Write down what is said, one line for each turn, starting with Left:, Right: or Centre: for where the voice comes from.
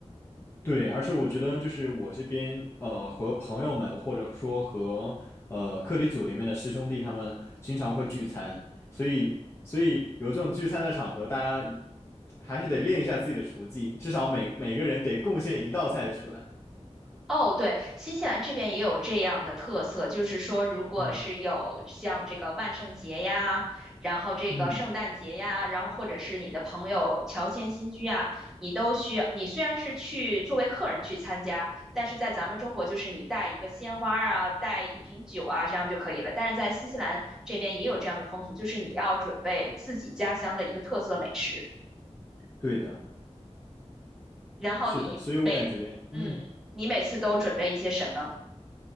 Left: 对，而且我觉得就是我这边呃和朋友们或者说和呃课题组里面的师兄弟他们经常会聚餐，所以所以有这种聚餐的场合，大家还是得练一下自己的厨技，至少每每个人得贡献一道菜出来。
Centre: 哦，对，新西兰这边也有这样的特色，就是说，如果是有像这个万圣节呀，
Left: 嗯
Centre: 然后这个圣诞节呀，
Left: 嗯，
Centre: 然后或者是你的朋友乔迁新居啊，你都需要，你虽然是去作为客人去参加，但是在咱们中国就是你带一个鲜花儿啊，带一瓶酒啊，这样就可以了。但是在新西兰这边也有这样的风俗，就是你要准备自己家乡的一个特色美食，
Left: 对的，
Centre: 然后你每，
Left: 是的，所以我感觉嗯。
Centre: 嗯，你每次都准备一些什么？